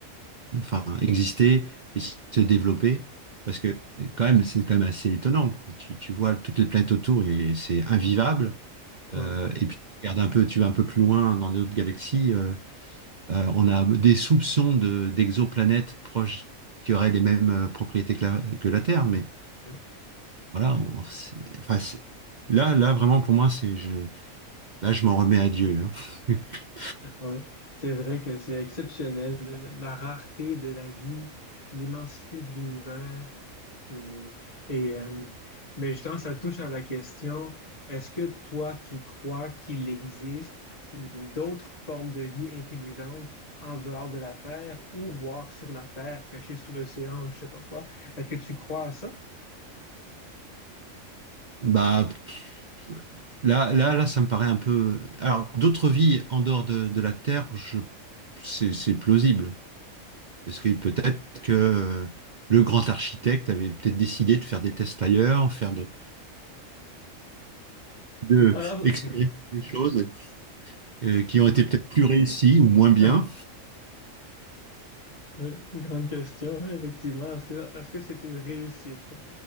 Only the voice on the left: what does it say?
Ouais,
ouais.
Ouais. C'est vrai que c'est exceptionnel, le- le- la rareté de la vie, l'immensité de l'univers. Hum. Et euh, ben justement, ça touche à la question, est-ce que toi, tu crois qu'il existe hum, d'autres formes de vie intelligentes en dehors de la Terre ou voire sur la Terre, cachées sous l'océan, je sais pas quoi? Est-ce que tu crois à ça?
Ah.
<laughs> Oui, une grande question, ouais, effectivement. Est-ce que, est-ce que c'est une réussite?